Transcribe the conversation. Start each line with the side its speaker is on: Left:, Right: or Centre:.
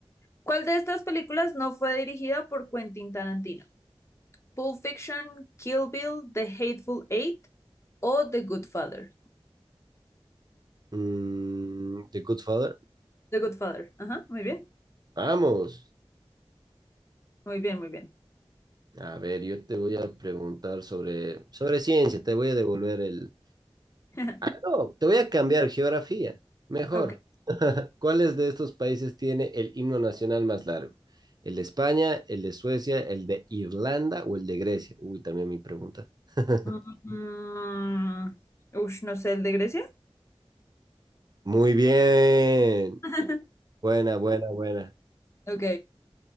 Left: ¿Cuál de estas películas no fue dirigida por Quentin Tarantino? Pulp Fiction, Kill Bill, The Hateful Eight o The Good Father.
Right: Mm, The Good Father.
Left: The Good Father. Ajá, muy bien,
Right: Vamos.
Left: muy bien, muy bien.
Right: A ver, yo te voy a preguntar sobre, sobre ciencia. Te voy a devolver el...
Left: <laughs>
Right: No, te voy a cambiar geografía. Mejor.
Left: Ok.
Right: ¿Cuáles de estos países tiene el himno nacional más largo? ¿El de España, el de Suecia, el de Irlanda o el de Grecia? Uy, también mi pregunta. <laughs>
Left: Mm, mm, mm. ush, no sé, ¿el de Grecia?
Right: Muy bien.
Left: <laughs>
Right: Buena, buena, buena.
Left: Ok,